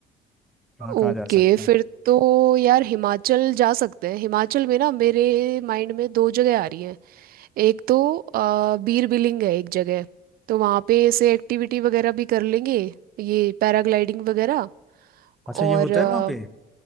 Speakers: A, in the centre; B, on the right.
A: कहाँ कहाँ
B: ओके
A: जा सकते
B: फिर
A: हैं
B: तो यार हिमाचल जा सकते हैं हिमाचल में ना मेरे माइंड में दो जगह आ रही हैं एक तो अ, बीर बिलिंग है एक जगह तो वहाँ पे ऐसे एक्टिविटी वगैरह भी कर लेंगे ये पैराग्लाइडिंग वगैरह
A: अच्छा
B: और
A: ये होता
B: अ,
A: है वहाँ पे